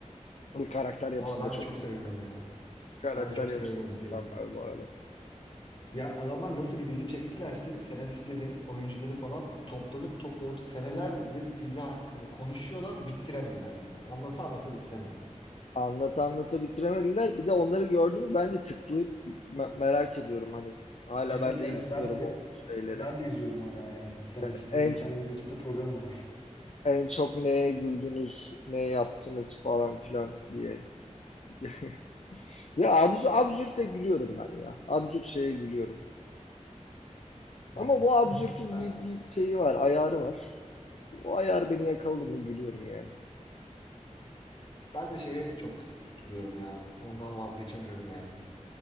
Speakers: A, on the left; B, on the left.
A: Ve karakter yapısı
B: Valla ben
A: da çok
B: de çok
A: iyi.
B: seviyorum
A: bu
B: ya.
A: Karakter
B: Ben de çok
A: yapısı
B: seviyorum o
A: da
B: diziyi.
A: mükemmel bu arada.
B: Ya adamlar nasıl bir dizi çektilerse senaristleri, oyuncuları falan toplanıp toplanıp senelerdir dizi hakkında konuşuyorlar, bitiremediler yani. Anlata anlata bitiremediler.
A: Anlat anlata bitiremediler. Bir de onları gördüm. Ben de tıklayıp me- merak ediyorum hani. Hala
B: Evet
A: ben de
B: evet
A: izliyorum
B: ben de
A: o şeyleri.
B: ben de izliyorum hala yani. Senaristin
A: Yani en
B: bir tane YouTube'da programı var.
A: en çok neye güldünüz, ne yaptınız falan filan diye. <laughs> Ya absürt, absürte gülüyorum ben ya. Absürt şeye gülüyorum. Ama
B: Evet.
A: bu absürtün
B: <clears throat> Ben,
A: bir, bir şeyi var, ayarı var. O ayar beni yakaladı mı gülüyorum yani.
B: ben de şeye çok tutuluyorum ya. Ondan vazgeçemiyorum yani.